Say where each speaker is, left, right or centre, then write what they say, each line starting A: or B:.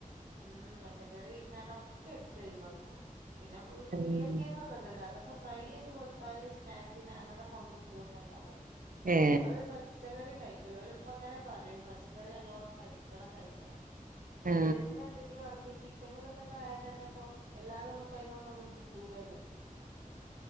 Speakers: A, on the right; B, on the right.
A: ഉം പച്ചക്കറി കണ്ടൊക്കെടുത്തൊയ് വാക്കും പിന്നെ ഉര്
B: ഉം
A: ഉരുളകിഴങ്ങ് ക്കൊണ്ടല്ലോ അതൊക്കെ ഫ്രൈ യ്ത് കൊടുത്താല് സ്നാകിന അങ്ങന കൊണ്ടു പോകുന്നല്ലാതെ
B: ഏ
A: <unintelligible> ചെലരും കഴിക്കൂല ഇവലുപ്പങ്ങനെ പറയും പച്ചക്കറി നല്ലോണം കഴിക്കണം കഴിക്കണം. ശരീരത്തിന്
B: ആ
A: എന്തെങ്കിലും അടപ്പീ ചി ക്കനുതൊക്കെ താഴെ തന്നെപ്പൊ എല്ലാതൊന്നുപ്പയ്നൊന്നുന്നും കിട്ടൂല്ലല്ലോ.